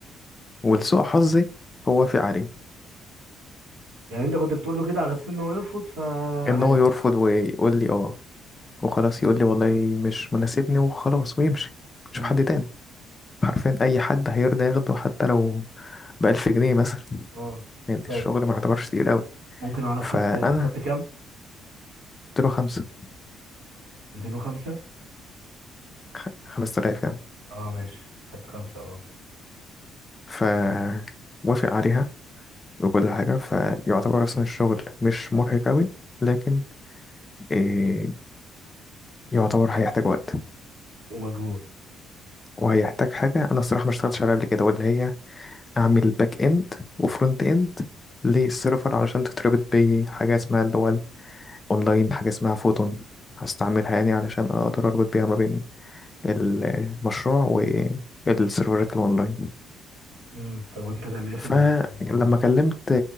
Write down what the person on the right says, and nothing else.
يعني انت كنت بتقول له كده على اساس ان هو يرفض فعادي
امم
اه
طيب
ممكن اعرف
خدت خدت كام
205
اه ماشي خدت خمسة اه
ومجهود
امم طب وانت تعمل ايه
في ال- في الموضوع ده